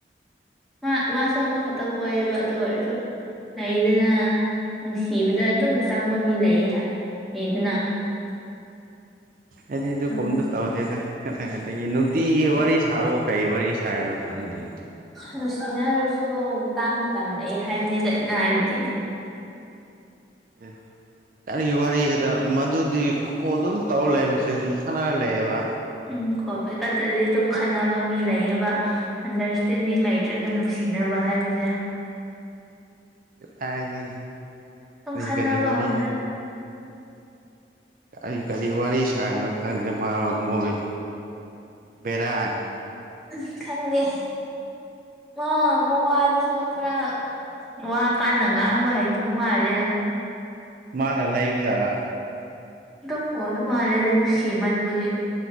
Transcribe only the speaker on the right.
ꯍꯥꯏꯗꯤ ꯑꯗꯨ
ꯀꯣꯝꯇ ꯇꯧꯗꯦꯗ ꯑꯗꯒꯤ ꯅꯨꯡꯇꯤꯒꯤ ꯋꯥꯔꯤ ꯏꯁꯥꯕꯨ ꯀꯩ ꯋꯥꯔꯤ ꯁꯥꯏꯔꯤꯅꯣ ꯈꯪꯗꯦ
<unintelligible> ꯀꯔꯤꯒꯤ ꯋꯥꯔꯤꯒꯗ ꯃꯗꯨꯗꯤ ꯀꯣꯟ ꯑꯗꯨꯝ ꯇꯧꯔꯒ ꯂꯩꯃꯤꯁꯦ ꯑꯗꯨꯝ ꯊꯥꯅꯔ ꯂꯩꯌꯦꯦꯕ
ꯀꯔꯤ
ꯀꯔꯤ ꯋꯥꯔꯤ
ꯀꯔꯤ ꯀꯔꯤ ꯋꯥꯔꯤ ꯁꯥꯏꯅꯣ ꯈꯪꯗꯦ ꯃꯥ ꯃꯣꯏ ꯕꯦꯔꯥꯅꯦ
ꯃꯥꯅ ꯂꯩꯕ ꯖꯥꯠꯔꯥ